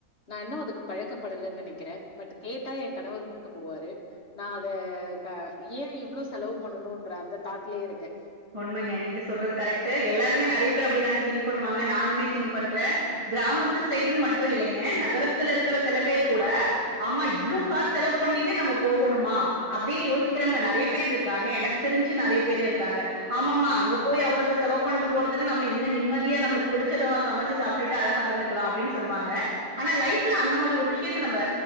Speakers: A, on the left; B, on the right.
A: நா இன்னும் அதுக்கு பழக்கப்படலைன்னு நினைக்கிறேன் பட் கேட்டா என் கணவர் கூட்டு போவாரு நா அத இப்ப ஏன் இவ்ளோ செலவு பண்ணணும் அந்த தாட்டுலயே இருக்கேன்
B: உண்மைங்க நீங்க சொல்றது கரெக்ட் எல்லாருமே நெறைய பேரு அப்டிதாங்க திங் பண்ணுவாங்க நானுமே திங் பண்றேன் கிராமத்து சைடுன்னு மட்டும் இல்லங்க நகரத்துல இருக்கிற சில பேர் கூட ஆமா இவ்ளோ காசு செலவு பண்ணிட்டு நம்ம போகணுமா அப்டின்னு யோசிக்கிற நெறைய பேர் இருக்காங்க எனக்கு தெரிஞ்சு நெறைய பேர் இருக்காங்க ஆமாமா அங்க போய் அவ்ளோ செலவு பண்ணிட்டு போறதுக்கு நம்ம இங்க நிம்மதிய நம்மளுக்கு புடிச்சதலா சமைச்சி சாப்ட்டுட்டு அழகா இருந் லாம் அப்டின்னு சொல்லுவாங்க ஆனா லைஃப்ல அந்த மாரி ஒரு விஷயத்தை நம்ம